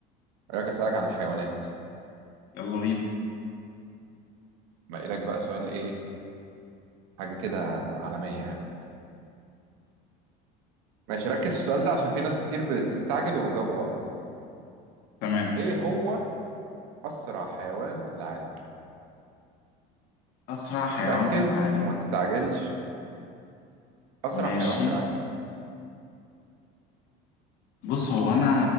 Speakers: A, on the right; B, on the left.
A: رأيك أسألك عن الحيوانات
B: يلا بينا
A: باقي لك بقى سؤال إيه حاجة كده عالمية يعني ماشي ركز في السؤال ده عشان في ناس كتير بتستعجل وبتجاوبه غلط
B: تمام
A: إيه هو أسرع حيوان في العالم؟
B: اسرع حيوان
A: ركز
B: في العالم
A: وما تستعجلش اسرع
B: ماشي
A: حيوان في العالم
B: بص هو انا